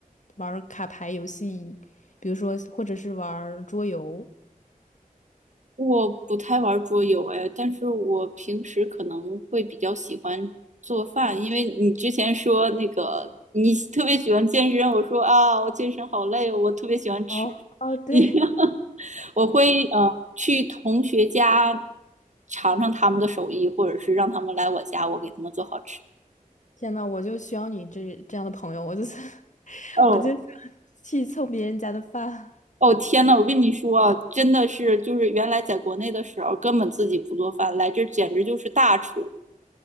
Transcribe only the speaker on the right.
我不太玩桌游哎，但是我平时可能会比较喜欢做饭，因为你之前说那个你特别喜欢健身，我说啊，我健身好累哦我特别喜欢吃。
<laughs> 我会呃去同学家尝尝他们的手艺，或者是让他们来我家，我给他们做好吃。
哦。
哦天呐，我跟你说啊，真的是，就是原来在国内的时候根本自己不做饭，来这儿简直就是大厨，